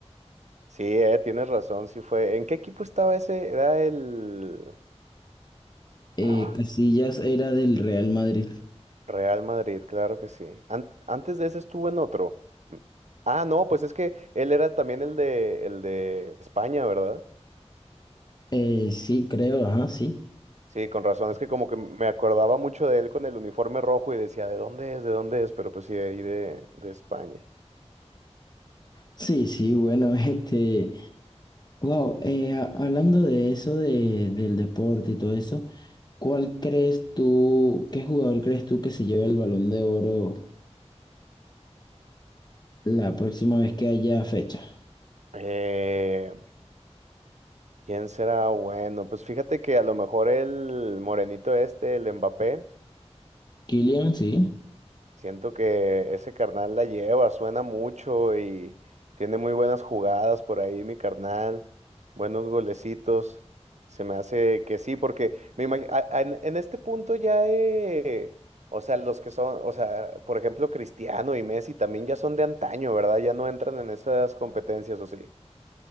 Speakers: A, on the right; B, on the left.
A: Sí, eh, tienes razón, sí fue. ¿En qué equipo estaba ese? Era el...
B: Eh,
A: ah,
B: Casillas era del Real Madrid.
A: Real Madrid, claro que sí. An- antes de ese estuvo en otro. Mm. Ah, no, pues es que él era también el de, el de España, ¿verdad?
B: Eh, sí, creo, ajá, sí.
A: Sí, con razón. Es que como que me acordaba mucho de él con el uniforme rojo y decía, ¿de dónde es? ¿De dónde es? Pero pues sí, de ahí de, de España.
B: Sí, sí, bueno, <laughs> este, wow, eh, a- hablando de eso, de, del deporte y todo eso, ¿cuál crees tú, qué jugador crees tú que se lleve el Balón de Oro la próxima vez que haya fecha?
A: Eh, ¿quién será bueno? Pues fíjate que a lo mejor el morenito este, el Mbappé,
B: Kylian, sí.
A: Siento que ese carnal la lleva, suena mucho y tiene muy buenas jugadas por ahí, mi carnal, buenos golecitos. Se me hace que sí, porque me imag- a- a- en en este punto ya, eh, o sea, los que son, o sea, por ejemplo, Cristiano y Messi también ya son de antaño, ¿verdad? Ya no entran en esas competencias, ¿o sí?